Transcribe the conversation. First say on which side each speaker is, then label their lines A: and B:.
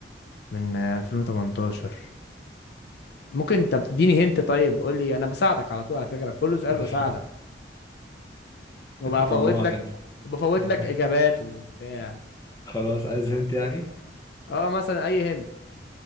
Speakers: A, on the left; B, on the left.
A: من آه، 2018 ممكن انت بتديني هنت طيب قول لي انا بساعدك على طول على فكرة في كل سؤال
B: <laughs>
A: بساعدك وبفوت
B: أنت طماع
A: لك
B: أنت
A: وبفوت
B: <laughs>
A: لك اجابات وبتاع
B: خلاص عايز هنت يعني
A: اه مثلا اي هنت